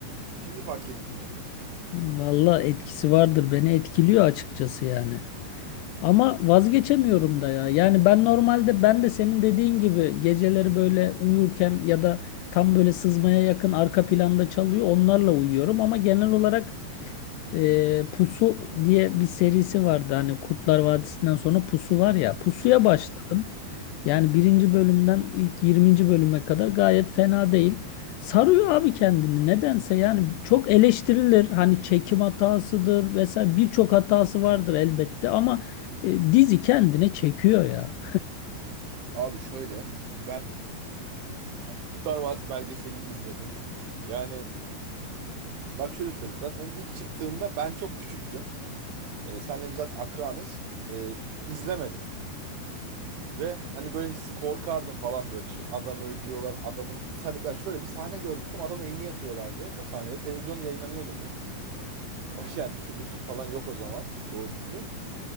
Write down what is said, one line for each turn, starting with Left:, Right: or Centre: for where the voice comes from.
Right: Şimdi fark ettim yani.
Left: Valla etkisi vardır. Beni etkiliyor açıkçası yani. Ama vazgeçemiyorum da ya. Yani ben normalde ben de senin dediğin gibi geceleri böyle uyurken ya da tam böyle sızmaya yakın arka planda çalıyor onlarla uyuyorum ama genel olarak e, Pusu diye bir serisi vardı. Hani Kurtlar Vadisi'nden sonra Pusu var ya. Pusu'ya
Right: Hı.
Left: başladım. Yani birinci bölümden ilk yirminci bölüme kadar gayet fena değil. Sarıyor abi kendini nedense yani çok eleştirilir hani çekim hatasıdır vesaire birçok hatası vardır elbette ama e, dizi kendine çekiyor ya.
Right: Abi şöyle ben Kurtlar Vadisi belgeselini izledim. Yani bak şöyle söyleyeyim zaten onun ilk çıktığında ben çok küçüktüm. E, senle biz zaten akranız. E, izlemedim. Ve hani böyle his- korkardım falan böyle. Şu adam öldürüyorlar. Adamın bir sahne, ben şöyle bir sahne görmüştüm. Adamın elini yakıyorlardı o sahnede. Televizyonda yayınlanıyordu bu. <laughs> O yani düşün Rütük falan yok o zaman. Doğru düzgün.